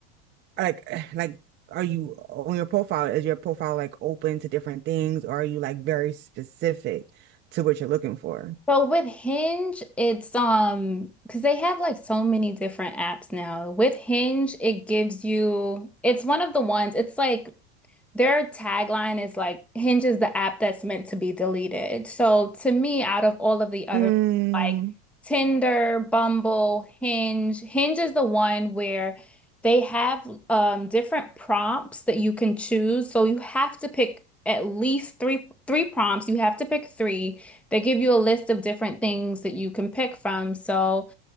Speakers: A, on the right; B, in the centre.
A: like <sighs> like are you on your profile, is your profile like open to different things or are you like very specific to what you're looking for?
B: Well, with Hinge, it's um because they have like so many different apps now. With Hinge, it gives you it's one of the ones, it's like their tagline is like Hinge is the app that's meant to be deleted. So to me, out of all of the other
A: Mm,
B: ones, like Tinder, Bumble, Hinge, Hinge is the one where they have um different prompts that you can choose. So you have to pick at least three three prompts. You have to pick three they give you a list of different things that you can pick from. So